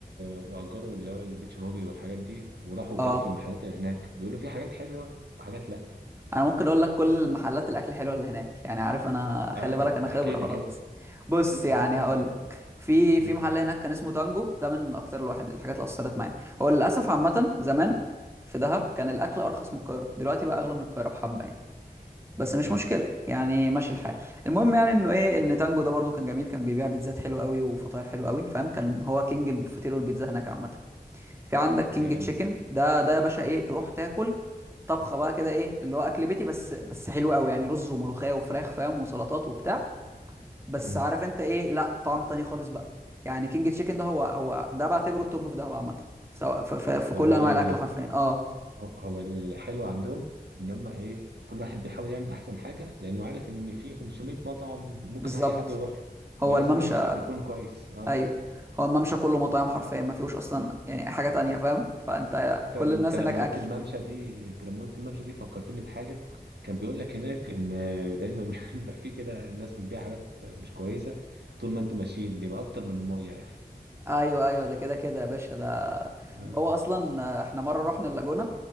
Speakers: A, on the right (about 80°); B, on the right (about 15°).
A: وأجروا اللي هو البيتش بوجي والحاجات دي وراحوا وكلوا
B: اه
A: في المحلات اللي هناك بيقولوا في حاجات حلوة وحاجات لأ
B: انا ممكن اقول لك كل محلات الاكل الحلوه اللي هناك يعني عارف انا خلي
A: آه
B: بالك انا خبره
A: احكي لي
B: خلاص
A: كده
B: بص
A: احكي لي
B: يعني
A: كده
B: هقول لك في
A: مم.
B: في محل هناك كان اسمه تانجو ده من اكتر الواحد الحاجات اللي اثرت معايا هو للاسف عامه زمان في دهب كان الاكل ارخص من القاهره دلوقتي بقى اغلى من القاهره بحبه يعني بس مش
A: اه
B: مشكله يعني ماشي الحال المهم يعني انه ايه ان تانجو ده برضو كان جميل كان بيبيع بيتزات حلوه قوي وفطاير حلوه قوي فاهم كان هو كينج الفطير والبيتزا هناك عامه في عندك
A: طب
B: كينج
A: جامد
B: تشيكن ده ده يا باشا ايه تروح تاكل طبخه بقى كده ايه اللي هو اكل بيتي بس بس حلو قوي يعني رز وملوخيه وفراخ فاهم وسلطات وبتاع بس
A: مم.
B: عارف انت ايه لا طعم تاني خالص بقى يعني كينج تشيكن ده هو هو ده بعتبره التوب في دهب عامه سواء في, في, في
A: والله
B: كل انواع الاكل حرفيا اه
A: هو هو الحلو عندهم ان هم ايه كل واحد بيحاول يعمل احسن حاجه لانه عارف ان في 500 مطعم ممكن
B: بالظبط
A: اي حد يروح له
B: هو
A: فهو لازم
B: الممشى
A: يشتغل يكون كويس اه
B: ايوه هو الممشى كله مطاعم حرفيا ما فيهوش اصلا يعني أي حاجه تانية فاهم فانت
A: انت
B: كل
A: انت
B: الناس
A: لما
B: هناك اكل
A: قلت الممشى دي انت لما قلت الممشى دي فكرتني بحاجه كان بيقول لك هناك ان دايما <laughs> بيبقى في كده الناس بتبيع حاجات مش كويسه طول ما انتوا ماشيين بيبقى اكتر من الميه يا اخي
B: ايوه ايوه ده كده كده يا باشا ده
A: اه
B: ده هو اصلا آه، احنا مره رحنا اللاجونه